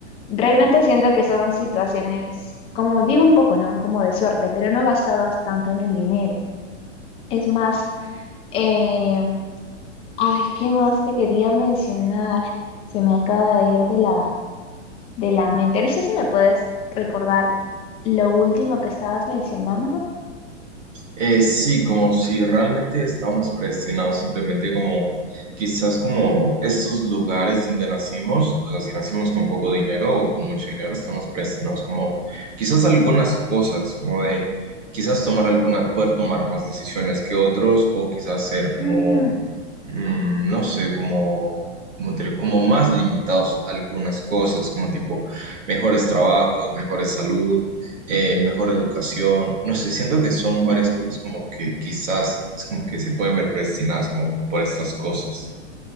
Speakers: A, on the left; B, on the right.
A: realmente siento que son situaciones, como digo un poco, ¿no? Como de suerte, pero no basadas tanto en el dinero. Es más eh, ay, ¿qué más te quería mencionar? Se me acaba de ir de la, de la mente. No sé si me puedes recordar lo último que estabas mencionando.
B: Eh, sí, como si realmente estamos presionados, simplemente como quizás como estos lugares donde nacimos, o sea, si nacimos con poco dinero o con mucho dinero, estamos presionados. como quizás algunas cosas, como de quizás tomar alguna, poder tomar más decisiones que otros o quizás ser como,
A: Mm,
B: mm, no sé, como, como, te- como más limitados a algunas cosas, como tipo mejores trabajos, mejores salud eh, mejor educación, no sé, siento que son varias cosas como que quizás es como que se pueden ver predestinadas como por estas cosas.